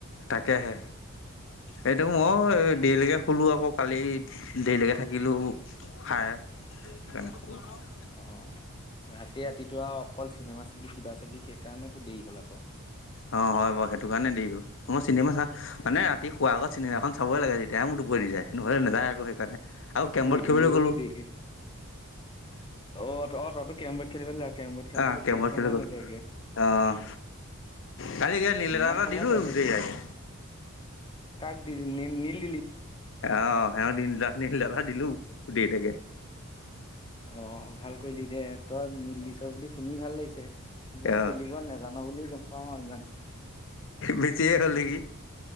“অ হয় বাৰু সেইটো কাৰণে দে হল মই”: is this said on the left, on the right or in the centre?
Left